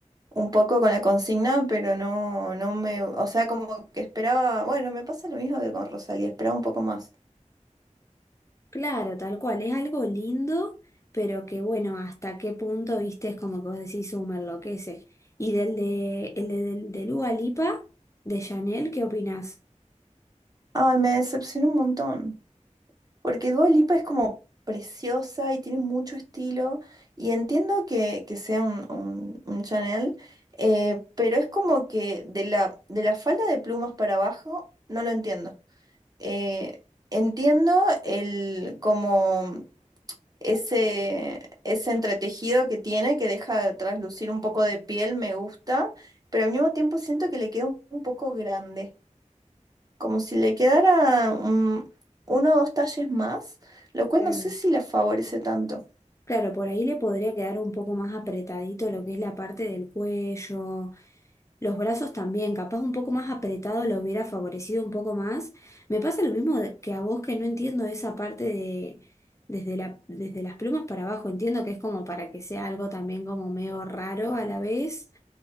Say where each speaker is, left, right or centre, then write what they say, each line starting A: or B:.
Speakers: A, on the right; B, on the left.
A: un poco con la consigna, pero no, no me, o sea, como que esperaba, bueno, me pasa lo mismo que con Rosalía, esperaba un poco más.
B: Claro, tal cual, es algo lindo, pero que bueno, hasta qué punto, viste, es como que vos decís, "Uh, me enloquece. Y del de, el de- del, de Dua Lipa, de Chanel, ¿qué opinás?
A: Ay, me decepcionó un montón, porque Dua Lipa es como preciosa y tiene mucho estilo, y entiendo que, que sea un, un, un Chanel, eh, pero es como que de la, de la falda de plumas para abajo, no lo entiendo. Eh, Entiendo el como ese, ese entretejido que tiene, que deja traslucir un poco de piel, me gusta, pero al mismo tiempo siento que le queda un, un poco grande, como si le quedara mm, uno o dos talles más, lo cual
B: Claro.
A: no sé si la favorece tanto.
B: Claro, por ahí le podría quedar un poco más apretadito lo que es la parte del cuello, los brazos también, capaz un poco más apretado lo hubiera favorecido un poco más. Me pasa lo mismo de- que a vos que no entiendo esa parte de desde la, desde las plumas para abajo, entiendo que es como para que sea algo también como medio raro a la vez.